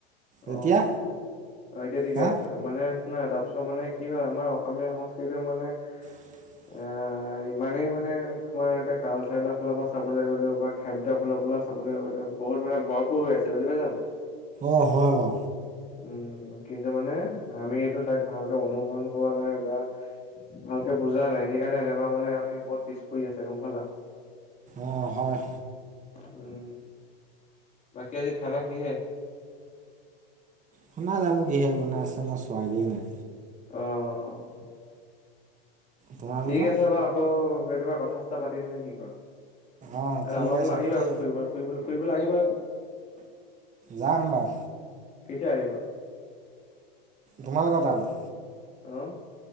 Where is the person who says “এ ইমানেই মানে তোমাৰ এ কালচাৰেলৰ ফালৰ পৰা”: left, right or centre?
Left